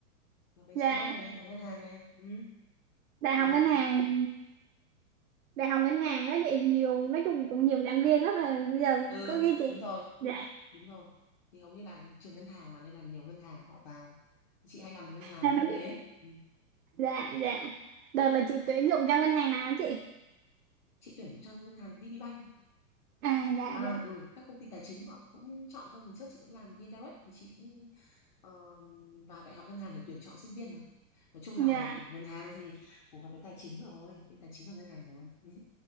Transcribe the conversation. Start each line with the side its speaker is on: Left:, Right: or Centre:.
Left: là mấy
Right: dạ
Left: chị mơ này làm ngân hàng này ừ
Right: đại
Left: làm
Right: học ngân hàng đại học ngân hàng ấy chị nhiều nói chung cũng nhiều giảng viên lắm mà bây giờ
Left: ừ
Right: có khi chị
Left: đúng rồi
Right: dạ
Left: đúng rồi thì hầu như là trường ngân hàng mà nên là nhiều ngân hàng họ vào chị hay làm ngân hàng
Right: dạ
Left: kinh
Right: đúng.
Left: tế Ừ.
Right: dạ dạ đợt là chị tuyển dụng cho ngân hàng nào hả chị
Left: chị tuyển cho ngân hàng VPBank
Right: à dạ
Left: à
Right: dạ
Left: ừ các công ty tài chính họ cũng chọn các trước chị cũng làm VnDirect thì chị cũng ờ, vào đại học ngân hàng để tuyển chọn sinh viên mà nói chung là
Right: dạ
Left: ngân hàng thì phù hợp với tài chính rồi với tài chính và ngân hàng rồi <laughs>